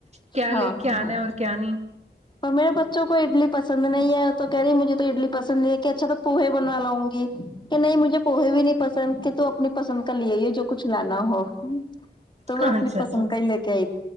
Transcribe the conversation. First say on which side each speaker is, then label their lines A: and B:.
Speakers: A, on the right; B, on the left.
A: کیا
B: ہاں
A: لے کے
B: ہاں
A: آنا ہے اور کیا نہیں
B: اور میرے بچوں کو اڈلی پسند نہیں ہے تو کہہ رہی مجھے تو اڈلی پسند نہیں ہے کہ اچھا تو پوہے بناواؤںی کہ نہیں مجھے پوہے بھی نہیں پسند کے تو اپنی پسند کا لے ہی جو کچھ لانا ہو تو وہ
A: ہاں
B: اپنی
A: اچھا
B: پسند
A: اچھا
B: کا ہی لے کے آئی